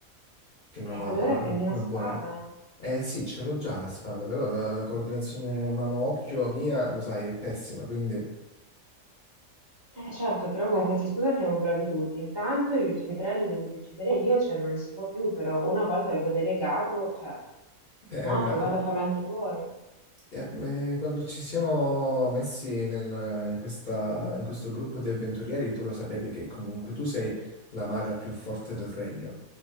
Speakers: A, on the left (about 50°); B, on the right (about 35°).
A: che non
B: E allora
A: ho
B: prendi una
A: una
B: spada.
A: buona... Eh sì, ce l'ho già la spada, però la, la coordinazione mano-occhio mia, lo sai, è pessima, quindi eh,
B: Eh certo, però con questa scusa siamo bravi tutti. Intanto gli ultimi tre li ho dovuti uccidere io, cioè non si può più, però una volta avevo delegato, cioè...
A: eh,
B: No,
A: ma,
B: provate a farlo anche voi.
A: eh, eh, quando ci siamo messi nel- in questa- in questo gruppo di avventurieri, tu lo sapevi che comunque tu sei la maga più forte del regno.